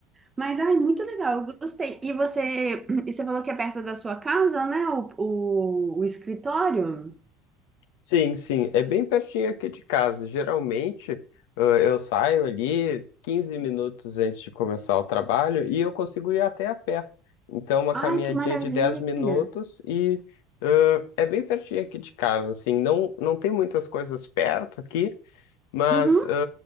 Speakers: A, on the right (about 20°); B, on the left (about 85°).
A: Mas, ai, muito legal, eu gostei. E você, e você falou que é perto da sua casa, né? O, o, o escritório?
B: Sim, sim, é bem pertinho aqui de casa. Geralmente, ãh, eu saio ali 15 minutos antes de começar o trabalho e eu consigo ir até a pé. Então, uma caminhadinha
A: Ai, que maravilha.
B: de 10 minutos e ãh, é bem pertinho aqui de casa, assim, não, não tem muitas coisas perto aqui, mas
A: Uhum,